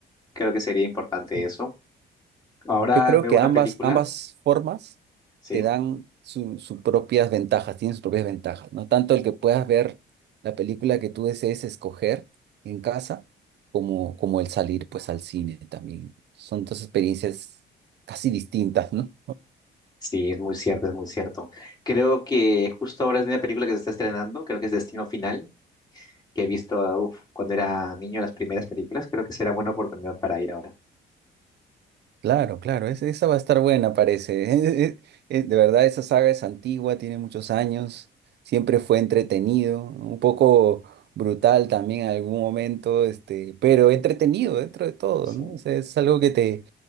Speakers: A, on the left; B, on the right.
A: creo que sería importante
B: sí.
A: eso. Ahora
B: Yo creo
A: veo
B: que
A: una
B: ambas,
A: película,
B: ambas formas
A: sí.
B: te dan su- sus propias ventajas, tienen sus propias ventajas, ¿no? Tanto el que puedas ver la película que tú desees escoger en casa, como, como el salir pues al cine también. Son dos experiencias casi distintas, ¿no?
A: Sí, es muy cierto, es muy cierto. Creo que justo ahora es una película que se está estrenando, creo que es Destino Final, que he visto, uf, cuando era niño las primeras películas, creo que será buena oportunidad para ir ahora.
B: Claro, claro, es- esa va a estar buena, parece. <laughs> Eh, eh, De verdad, esa saga es antigua, tiene muchos años, siempre fue entretenido, un poco brutal también en algún momento, este, pero entretenido dentro de todo,
A: Sí.
B: ¿no? O sea, es algo que te...